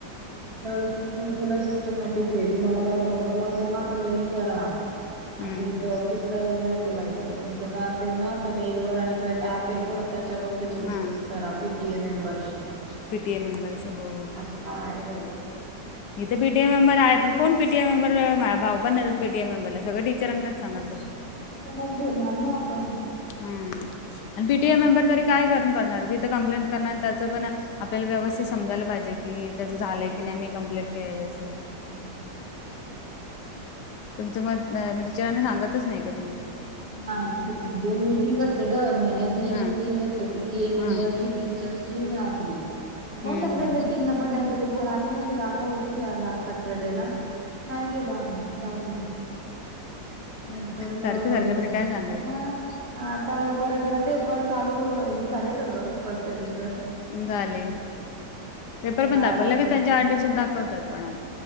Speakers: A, on the right (about 40°); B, on the left (about 75°).
A: तर स्कुल तर लई‌ सिस्टमॅटिक आहे, तुम्हाला काय प्रॉब्लेम असेल ना तर मेल करा,
B: हम्म
A: असं इथे
B: हम्म
A: ऑफिस ला येऊन नाही बोलायचं. तर तुमचं काय असेल ना तर मेल वर, आणि तो एक अँप य आहे ग त्याच्यावरती तुम्ही डीस्कस
B: हां
A: करा, पीटीए मेंमबरशिप
B: पीटीए मेंबरशी हो
A: असं काय बाई.
B: इथे पीटीए मेंबर आहे पण कोण पीटीआय मेंबरला भाव
A: मग
B: पण नाही देत पीटीआय मेंबरला, सगळं टीचरांनाच सांगत बसतात.
A: धरणार ना आपण.
B: हम्म. आणि पीटीआय मेंबर तरी काय करून करणार तिथं कम्प्लेंट करणार त्याचं पण आपल्याला व्यवस्थित समजायला पाहिजे की
A: समजायला
B: त्याचं झालंय
A: पाहिजे
B: की नाही मी कमप्लेट केलेलंचे.
A: <inaudible>
B: तुमचं मत म्हणजे टीचरांना सांगतच नाही का तुम्ही?
A: ना मिटिंग असते गं महिन्यात न
B: हा
A: एक मिटिंग असते पीटीएम
B: हा
A: मेंबरसि.
B: हा
A: सचिने आपली कोण
B: हम्म
A: जातंय
B: हम्म
A: गं मीटींगला पण् त्यांन बोल आम्ही नाही गेलो आता होती या लास्ट सॅटरडे ला. नाही गेलो आम्ही जाऊदे मरू दे. नंतर
B: सारखं
A: मग
B: सारखं तरी काय सांगायचं‌.
A: मग आता परत आता पेपर चालू ए झाले का गं फर्स्ट सेमिस्टर?
B: झाले. पेपर
A: या
B: पण दाखवले
A: वर्षी
B: त्यांच्या आठ दिवसात दाखवतात पणा